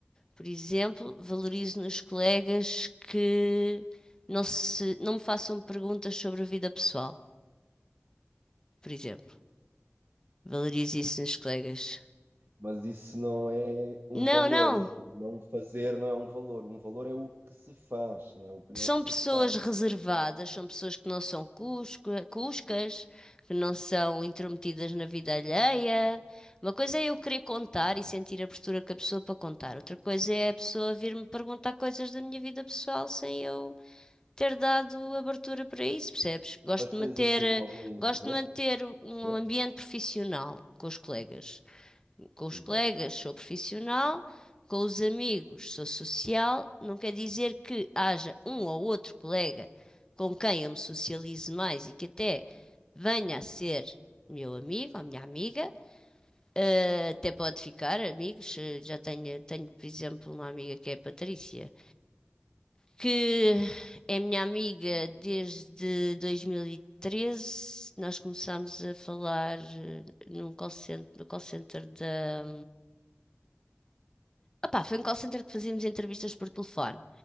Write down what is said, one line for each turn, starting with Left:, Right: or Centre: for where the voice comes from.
Left: por exemplo, valorizo nos colegas que não se, não me façam perguntas sobre a vida pessoal, por exemplo. Valorizo isso nos colegas.
Right: Mas isso não é um
Left: Não,
Right: valor.
Left: não.
Right: Não fazer não é um valor. Um valor é o que se faz, não é o que não
Left: São
Right: se
Left: pessoas
Right: faz.
Left: reservadas, são pessoas que não são cusca- cuscas, que não são intrometidas na vida alheia. Uma coisa é eu querer contar e sentir a abertura que a pessoa para contar, outra coisa é a pessoa vir-me perguntar coisas da minha vida pessoal sem eu ter dado abertura para isso, percebes? Gosto
Right: Mas
Left: de
Right: tens
Left: manter,
Right: assim
Left: eh,
Right: algum exemplo
Left: gosto de manter
Right: recente?
Left: um ambiente profissional com os colegas. Com os
Right: Exato.
Left: colegas sou profissional, com os amigos sou social. Não quer dizer que haja um ou outro colega com quem eu me socialize mais e que até venha a ser meu amigo ou minha amiga. Eh, até pode ficar amigos. eh, Já tenho, tenho, por exemplo, uma amiga que é a Patrícia que é minha amiga desde 2013. Nós começámos a falar eh, num call center, no call center da. Opá, foi um call center que fazíamos entrevistas por telefone.